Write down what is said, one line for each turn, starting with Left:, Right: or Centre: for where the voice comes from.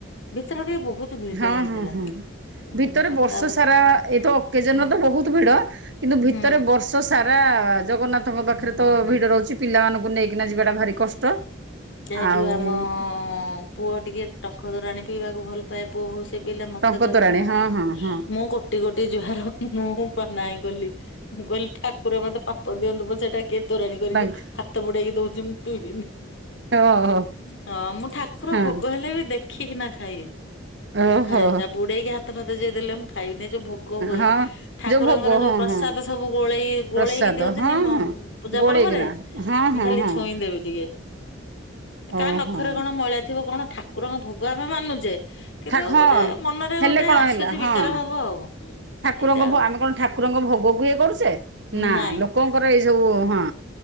Left: ଭିତର ଟିକେ ବହୁତ ଭିଡ
Right: ହଁ
Left: ହେଇଥିଲା
Right: ହଁ ହଁ।
Left: ଉଁ
Right: ଭିତରେ ବର୍ଷ
Left: ତାପରେ
Right: ସାରା ଏଇତ ଅକେଜନ୍
Left: ହୁଁ
Right: ରେ ତ ବହୁତ ଭିଡ କିନ୍ତୁ ଭିତରେ
Left: ହୁଁ
Right: ବର୍ଷ ର୍ଷ ସାରା ଜଗନ୍ନାଥଙ୍କ ପାଖରେ
Left: ହୁଁ
Right: ତ
Left: ହୁଁ।
Right: ଭିଡ଼ ରହୁଛି ପିଲାମାନଙ୍କୁ ନେଇକିନା ଯିବାଟା ଭାରି କଷ୍ଟ।
Left: କେ ହେଠୁ
Right: ଆଉ
Left: ଆମ ପୁଅ ଟିକେ ଟଙ୍କ ତୋରାଣି ପିଇବାକୁ ଭଲ ପାଏ ପୁଅ ବହୁତ। ସେ ପିଇଲେ ମତେ
Right: ଟଙ୍କ
Left: କହିଲେ
Right: ତୋରାଣୀ
Left: ମୁଁ
Right: ହଁ ହଁ ହଁ
Left: ମୁଁ ଗୋଟି ଗୋଟି ଜୁହାର ମୁଁ ପା ନାହିଁ କଲି। ମୁଁ କହିଲି ଠାକୁର ମତେ ପାପ ଦିଅନ୍ତୁ ପଛେ ଏଟା କିଏ ତୋରାଣୀ କରିକି।
Right: ତାଙ୍କ
Left: ହାତ ବୁଡେଇକି ଦଉଛି ମୁଁ ପି ବିନି।
Right: ଓହୋ
Left: ହଁ ମୁଁ ଠାକୁର
Right: ହଁ
Left: ଭୋଗ ହେଲେ ବି ଦେ ଦେଖିକି ନା ଖାଇବି
Right: ଓହୋ
Left: ସୁଖା ଜିନିଷ ଆଉ ବୁଡେଇକି ହାତ ଫାତ ଯିଏ ଦେଲେ ମୁଁ ଖାଇବିନି ଏ ଯୋଉ ଭୋଗ ହୁଏ
Right: ହଁ
Left: ଠାକୁରଙ୍କର
Right: ଯୋଉ ଭୋଗ ହଁ
Left: ଯୋଉ ପ୍ରସାଦ
Right: ହଁ
Left: ସବୁ ଗୋଳେଇ
Right: ପ୍ରସାଦ
Left: ଗୋଳେଇକି ଦିଅନ୍ତିନି
Right: ହଁ
Left: ମୁଁ।
Right: ହଁ
Left: ପୂଜା
Right: ଗୋଳେଇକିନା
Left: ପର୍ବରେ
Right: ହଁ
Left: ମୁଁ
Right: ହଁ
Left: ଖାଲି
Right: ହଁ
Left: ଛୁଇଁ ଦେବି ଟିକେ।
Right: ହଁ
Left: କା ନଖରେ
Right: ହଁ
Left: କଣ ମଇଳା ଥିବ କଣ ଠାକୁରଙ୍କ ଭୋଗ ଆମେ ମାନୁଛେ କିନ୍ତୁ
Right: ଠା ହଁ
Left: ଗୋଟେ। ମନରେ
Right: ହେଲେ
Left: ଗୋଟେ
Right: କଣ
Left: ଆସୁଛି
Right: ହେଲା ହଁ
Left: ବିକାର ଭାବ ଆଉ ହୁଁ
Right: ଠାକୁରଙ୍କ
Left: ଏଇଟା ଆଉ।
Right: ଆମେ କଣ ଠାକୁରଙ୍କ ଭୋଗକୁ ଇଏ କରୁଛେ
Left: ନାଇଁ
Right: ନା ଲୋକଙ୍କର ଏଇ ସବୁ ହଁ।